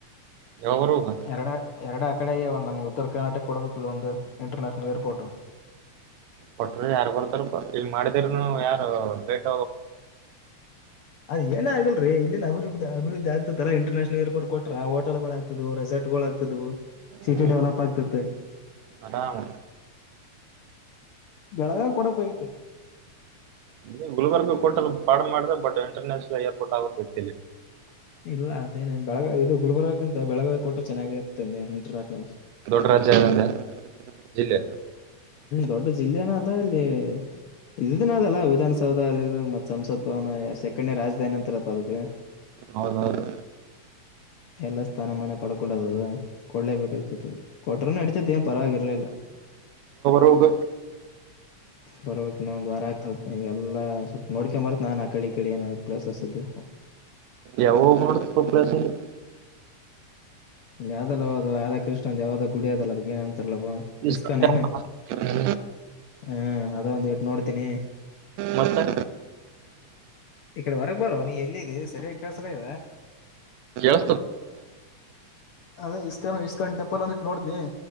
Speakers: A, on the right; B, on the left.
A: ಯಾವಾಗ ಹೋಗ
B: ಎರಡ ಎರಡ, ಕಡೇ ಅಗ್ಯಾವ್ ಒಂದು ನಮಗ ಉತ್ತರ ಕರ್ನಾಟಕ ಕೊಡಬೇಕ ಇಲ್ಲ ಒಂದು ಇಂಟರ್ನ್ಯಾಷನಲ್ ಏರ್ಪೋರ್ಟ್.
A: ಕೊಟ್ರ ಯಾರ ಬರ್ತಾರಪ ಇಲ್ ಮಾಡಿದೌರನು ಯಾರು ಬೇಟ
B: ಅದ ಏನ ಆಗಲ್ರಿ ಇಲ್ಲಿ ಅಭಿವೃದ ಅಭಿವೃದ್ಧಿ ಆಗ್ತತ್ತಲ್ಲ ಇಟರ್ನ್ಯಾಷನಲ್ ಎರ್ಪೋರ್ಟ್ ಕೊಟ್ರ ಹೋಟಲ್ಗಳು ಆಗ್ತದಿವು. ರೆ ರೆಸಾರ್ಟ್ಗಳು ಆಗತಿದ್ದಿವು ಸಿಟಿ
A: ಹ್ಮ್
B: ಡೆವಲಪ್ ಆಗ್ತಿತ್ತ.
A: ಆರಾಮ್
B: ಬೆಳಗಾಂ ಕೊಡಬೇಕ ಆಗಿತ್ತ.
A: ಅದೆ ಗುಲ್ಬರ್ಗ ಕೊಟ್ಟರ್ ಪಾಡ್ ಮಾಡ್ರೆ ಬಟ್ ಇಂಟರ್ನ್ಯಾಷನಲ್ ಏರ್ಪೋರ್ಟ್ ಆಗಬೇಕ್ ಇತ್ತಲಿ.
B: ಇಲ್ ಅದೇನ್ ಬೆಳಗ ಇದು ಗುಲ್ಬರ್ಗಕ್ಕಿಂತ ಬೆಳಗಾವಿ ಕೊಟ್ಟ್ರ ಚೆನ್ನಾಗಿ ಇತ್ತ್. ತ್ತ ಇಂಟರ್ನ್ಯಷನಲ್ ಹ್ಮ.
A: ದೊಡ್ಡ ರಾಜ್ಯ ಅದಂದೆ ಜಿಲ್ಲೆ
B: ದೊಡ್ಡ ಜಿಲ್ಲೆನ ಆದ್ ಅಲ್ಲಿ ಇದನ ಆದಲ್ಲ ವಿಧಾನಸ ದ ಅದು ಮತ್ ಸಂಸತ್ ಭವನ ಸೆಕ್ದೆನೆ ರಾಜಧಾನಿ ಅಂತಾರಪ್ಪ ಅದಕ್ಕ.
A: ಹೌದೌದು
B: ಎಲ್ಲ ಸ್ಥಾನಮಾನ ಪಡ್ಕೊಂಡದ ಅದು. ಕೊಡ್ಲೇಬೇಕಾಗ್ತತಿತ್ತು ಅದ್ಕಕ ಕೊಟ್ರನು ನಡತಿತ್ತ ಏನ್ ಪರವಾಗಿರ್ಲಿಲ್ಲ.
A: ರೋಗ್,
B: ಬರ್ಬೇಕ ಇನ್ನ ಒಂದ್ ವಾರ ಆಗ್ತದೆ ಇಲ್ಲ ಸ್ವಲ್ಪ ನೋಡ್ಕೊಂಡ ಬರ್ತ ನಾನ ಆ ಕಡೆ ಕಡೆ ಏನಾದ್ ಪ್ಲೇಸಸ್ ಇದ್ದು
A: ಯಾವಾಗ ನೋಡ್ತಪ್ಪ ಪ್ಲೇಸ್ ಇಲ್ಲಿ
B: ಇಲ್ಲ ಯ್ದಲ್ಲ ಅದು ರಾ ಕೃಷ್ಣಂದ ಯಾವದ್ದ ಗುಡಿ ಅದಲ್ಲ ಅದ್ ಏನಂತ ಉತ್ತಲಗುವ
A: ಇಸ್ಕಾನ್
B: ಇಕನ್ನ
A: ಡ್ಯಾಮ್ ಹ್ಮ್
B: ಹ್ಮ ಅದ ಒಂದು ಇಟ್ಟು ನೋಡ್ತೀನಿ
A: ಮತ್ತೆ
B: ಇಕಡೆ ವರಗ್ ಬರೋ ನೀ ಎಲ್ಲಿದ್ದಿ ಸರಿಯ ಈ ಕಳಸಲ ಇದೆ
A: <unintelligible> ಹೇಳ
B: ಅದೇ ಇಸ್ಕಾನ್ ಇಸ್ಕಾನ್ ಟೆಂಪಲ್ ಅಂದಿಟ್ಟು ನೋಡತನಿ